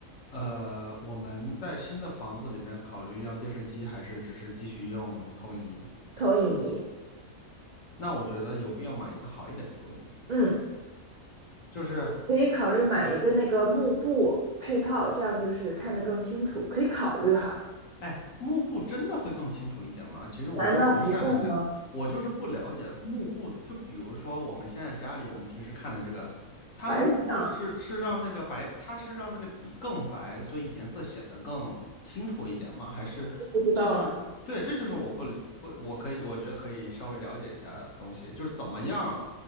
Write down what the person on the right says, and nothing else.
投影仪，
嗯。
可以考虑买一个那个幕布配套，这样就是看得更清楚，可以考虑哈。
难道不会吗？
白痴
不知道啊。